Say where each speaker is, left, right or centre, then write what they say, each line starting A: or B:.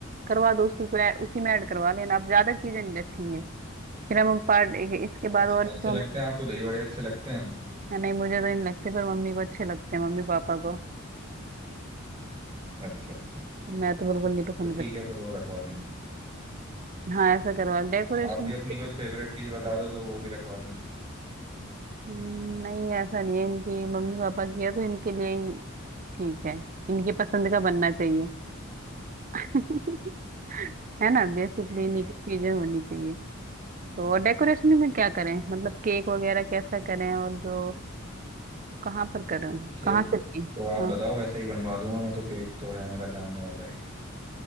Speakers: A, on the right; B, on the right.
A: करवा दो उसी को ऐड- उसी में ऐड करवा लेना आप ज्यादा चीजें नहीं रखेंगे फिर हम पार्ट इसके
B: अच्छे
A: बाद और भी
B: अच्छे
A: तो
B: लगते
A: हमें
B: हैं आपको दही बड़े अच्छे लगते हैं
A: नहीं मुझे तो नहीं लगते पर मम्मी को अच्छे लगते हैं मम्मी पापा को
B: अच्छा अच्छा अच्छा
A: मैं तो बिल्कुल नहीं पसंद
B: तो ठीक
A: करती
B: है फिर वो रखवा लेंगे
A: हाँ ऐसा करवा डेकोरेशन
B: आप भी अपनी कुछ फेवरेट चीज बता दो तो वो भी रखवा देंगे
A: हम्म, नहीं ऐसा नहीं है इनकी मम्मी पापा किया तो इनके लिए ही ठीक है इनकी पसंद का बनना चाहिए <laughs> है ना बेसिकली
B: ठीक
A: इन्हीं
B: है यार
A: की चीजें होनी चाहिए तो और डेकोरेशन में क्या करें मतलब केक वगैरह कैसा करें और जो कहाँ पर करें
B: केक
A: कहाँ से लें
B: तो आप
A: हाँ
B: बताओ वैसे ही बनवा दूंगा मैं तो केक तो है मेरा जानने वाला एक